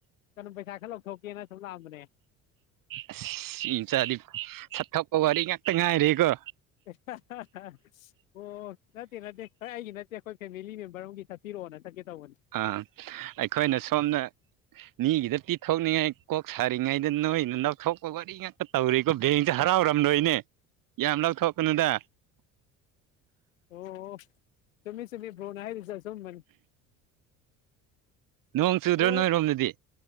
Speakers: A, on the left; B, on the right.
A: ꯀꯩꯅꯣ ꯄꯩꯁꯥ ꯈꯔ ꯂꯧꯊꯣꯛꯀꯦꯅ ꯁꯨꯝ ꯂꯥꯛꯑꯝꯕꯅꯦ
B: ꯑꯁ ꯏ ꯆꯗꯤ ꯁꯠꯊꯛꯄ ꯋꯥꯔꯤ ꯉꯥꯛꯇ ꯉꯥꯏꯔꯦꯀꯣ
A: <unintelligible> ꯑꯣ ꯅꯠꯇꯦ ꯅꯠꯇꯦ ꯑꯣꯏ ꯑꯩꯒꯤ ꯅꯠꯇꯦ ꯑꯩꯈꯣꯏ ꯐꯦꯃꯤꯂꯤ ꯃꯦꯝꯕꯔ ꯑꯃꯒꯤ ꯆꯠꯄꯤꯔꯛꯑꯣꯅ ꯆꯠꯀꯦ ꯇꯧꯕꯅꯤ
B: ꯑ ꯑꯩꯈꯣꯏꯅ ꯁꯣꯝꯅ ꯃꯤꯒꯤꯗ ꯄꯤꯊꯣꯛꯅꯤꯡꯉꯥꯏ ꯀꯣꯛ ꯁꯥꯔꯤꯉꯩꯗ ꯅꯣꯏꯅ ꯅꯣꯛ ꯊꯣꯛꯄ ꯋꯥꯔꯤ ꯉꯥꯛꯇ ꯇꯧꯔꯤꯀꯣ ꯕꯦꯡꯁꯦ ꯍꯔꯥꯎꯔꯝꯂꯣꯏꯅꯦ ꯌꯥꯝ ꯂꯧꯊꯣꯛꯀꯅꯨꯗ
A: ꯑꯣ ꯆꯨꯝꯃꯤ ꯆꯨꯝꯃꯤ ꯕ꯭ꯔꯣꯅ ꯍꯥꯏꯔꯤꯗꯣ ꯑꯆꯨꯝꯕꯅꯤ
B: ꯅꯣꯡ ꯆꯨꯗ꯭ꯔꯣ
A: ꯂꯣꯏꯌꯦ
B: ꯅꯣꯏꯔꯣꯝꯗꯗꯤ